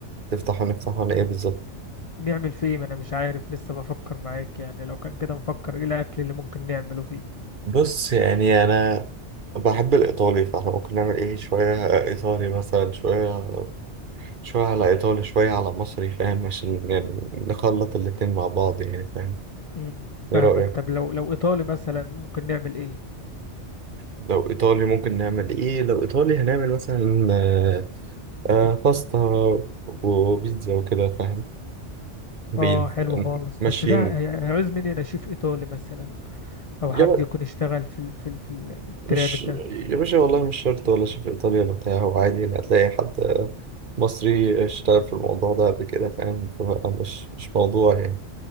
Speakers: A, on the right; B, on the left.
A: هتفتح ونفتح ولا ايه بالظبط
B: نعمل فيه إيه؟ ما انا مش عارف لسه بفكر معاك يعني لو كان كده نفكر ايه الاكل اللي ممكن نعمله فيه
A: بص يعني انا بحب الايطالي فاحنا ممكن نعمل ايه شويه ايطالي مثلا شويه شوية على إيطالي شوية على مصري فاهم عشان يعني نخلط الاتنين مع بعض يعني فاهم
B: امم
A: إيه
B: فاهمك
A: رأيك؟
B: طب لو لو ايطالي مثلا ممكن نعمل ايه
A: لو إيطالي ممكن نعمل إيه؟ لو إيطالي هنعمل مثلا آه، آه، باستا وبيتزا وكده فاهم؟ بيتزا
B: اه حلو خالص
A: ماشيين
B: بس ده هي- هيعوز مني انا شيف ايطالي مثلا او
A: يا
B: حد
A: ب...
B: يكون اشتغل في ال- في ال- في ال- التراك
A: مش
B: ده
A: يا باشا والله مش شرط ولا شيف إيطالي ولا بتاع هو عادي يعني هتلاقي حد آه، مصري اشتغل في الموضوع ده قبل كده فاهم؟ فبقى مش مش موضوع يعني